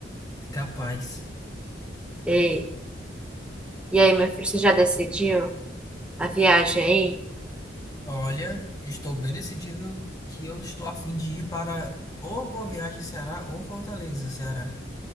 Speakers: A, on the left; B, in the centre.
A: É capaz.
B: Ei. E aí, meu filho, você já decidiu a viagem aí?
A: Olha, estou bem decidido que eu estou a fim de ir para ou Boa Viagem, Ceará, ou Fortaleza, Ceará.